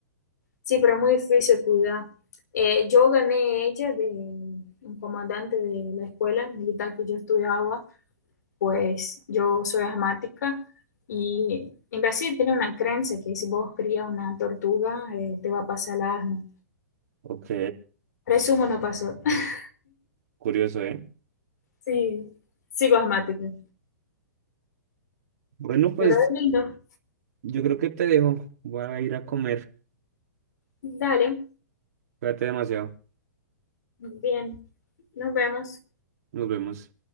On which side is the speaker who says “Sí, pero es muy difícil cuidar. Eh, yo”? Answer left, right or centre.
Left